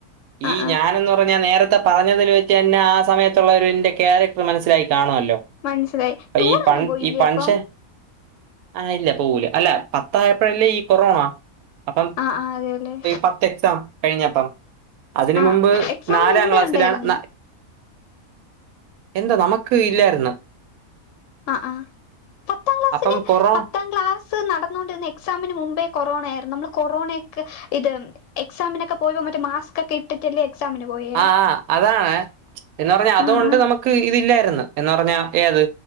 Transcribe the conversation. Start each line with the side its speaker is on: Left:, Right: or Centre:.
Left: ആഹ്
Right: ഈ
Left: ആഹ്
Right: ഞാൻ എന്ന് പറഞ്ഞ നേരത്തെ പറഞ്ഞതിൽ വെച്ച് എന്നെ ആ സമയത്തുള്ള അവര് ക്യാരക്ടർ മനസ്സിലായി കാണുമല്ലോ
Left: മനസ്സിലായി ടൂറൊന്നും
Right: ഈ പൺ
Left: പോയില്ലേ
Right: ഈ പൺഷൻ
Left: അപ്പം
Right: ആ ഇല്ല പോകുല അല്ല പത്തായപ്പോഴല്ലേ ഈ കൊറോണ അപ്പം
Left: ആഹ് ആഹ് അതെല്ലേ
Right: പത്ത് എക്സാം കഴിഞ്ഞപ്പം അതിന്
Left: ആഹ്
Right: മുമ്പ്
Left: എക്സാമിന്
Right: നാലാം
Left: മുമ്പേ
Right: ക്ലാസ്സിലാണ്
Left: ഉണ്ടായിരുന്നു
Right: നാ എന്താ നമുക്ക് ഇല്ലായിരുന്ന്
Left: ആ ആ പത്താം ക്ലാസ്സിന്
Right: അപ്പം കൊറോ
Left: പത്താം ക്ലാസ് സ് നടന്നൊണ്ടിരുന്ന എക്സാമിന് മുമ്പേ കൊറോണയയിരുന്നു നമ്മൾ കൊറോണേക്കെ ഇത് എക്സാമിനൊക്കെ പോയി മാസ്ക് ഒക്കെ ഇട്ടിട്ടല്ലേ എക്സാമിന് പോയേ
Right: ആ ആ അതാണ് എന്ന് പറഞ്ഞ അതുകൊണ്ട്
Left: ആഹ് ആഹ്
Right: നമുക്ക് ഇതില്ലായിരുന്നു എന്ന് പറഞ്ഞാ ഏത്